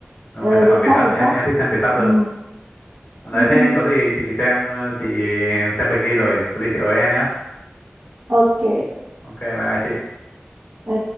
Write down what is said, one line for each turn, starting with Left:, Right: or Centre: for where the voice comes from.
Left: đúng
Right: ờ,
Left: rồi xem
Right: về
Left: bản Việt
Right: sắp,
Left: sắp
Right: về
Left: em
Right: sắp.
Left: em thích xem Việt sắp hơn
Right: Ừ.
Left: Ờ, đấy
Right: <laughs>
Left: thế có gì chị xem ờ, chị xem lịch đi rồi có gì chị ới em nhé
Right: Ok.
Left: Ok bye bye chị
Right: Ừ.